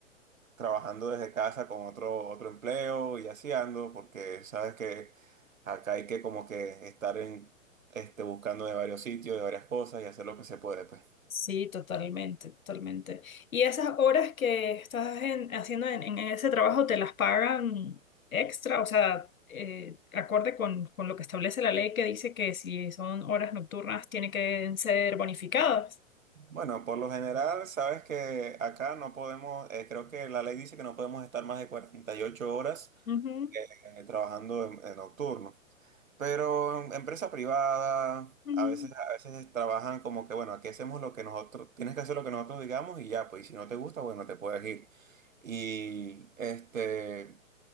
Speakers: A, on the right (about 70°); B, on the left (about 85°).
A: trabajando desde casa con otro, otro empleo y así ando, porque sabes que acá hay que como que estar en, este, buscando de varios sitios, de varias cosas y hacer lo que se puede, pues.
B: Sí, totalmente, totalmente. ¿Y esas horas que estás en- haciendo en, en ese trabajo te las pagan extra? O sea, eh, acorde con, con lo que establece la ley que dice que si son horas nocturnas tienen que ser bonificadas.
A: Bueno, por lo general, sabes que acá no podemos, eh, creo que la ley dice que no podemos estar más de 48 horas
B: Ujú,
A: eh, trabajando en, en nocturno. Pero en empresa privada,
B: ujú.
A: a veces, a veces trabajan como que, bueno, aquí hacemos lo que nosotros, tienes que hacer lo que nosotros digamos y ya, pues, y si no te gusta, bueno, te puedes ir. Y este,